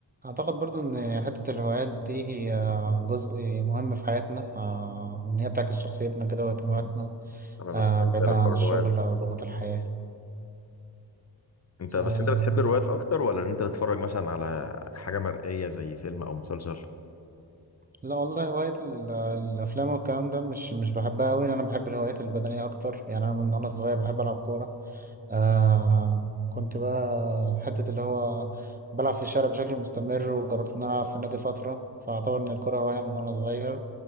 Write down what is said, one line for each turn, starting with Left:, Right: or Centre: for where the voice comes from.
Right: أعتقد برضو إن حتة الهوايات دي هي جزء مهم في حياتنا آه، إن هي بتعكس شخصيتنا كده واهتماماتنا
Left: انا بستمتع
Right: آه، بعيدا
Left: بحوار
Right: عن الشغل
Left: الروايات
Right: أو ضغوط الحياة
Left: انت بس
Right: آه،
Left: انت بتحب الروايات اكتر ولا ان انت تتفرج مثلا على حاجه مرئيه زي فيلم او مسلسل
Right: لا والله هواية ال- الأفلام والكلام ده مش مش بحبها أوي أنا بحب الهوايات البدنية أكتر يعني أنا من وأنا صغير بحب ألعب كورة آه كنت بقى حتة اللي هو بلعب في الشارع بشكل مستمر وجربت إن أنا ألعب في النادي فترة فأعتبر إن الكورة هواية من وأنا صغير